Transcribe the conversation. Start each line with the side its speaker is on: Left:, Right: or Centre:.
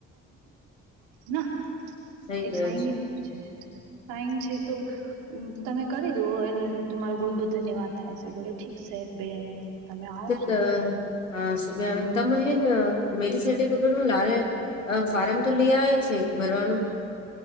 Right: <unintelligible>
Left: સહી
Right: એક
Left: કેયો
Right: સાઈન છે સાઈન છે તો તમે કરી દો એને તમારો બહ <unintelligible> બહ ધન્યવાદ થાય છે બોલે ઠીક છે બેન તમે આવો
Left: તો
Right: સુબે
Left: હા સભતામ હન મેરી સા પકડ હું લ <inaudible> અ ફાર્મ તો લે આવે છે ભરવાનું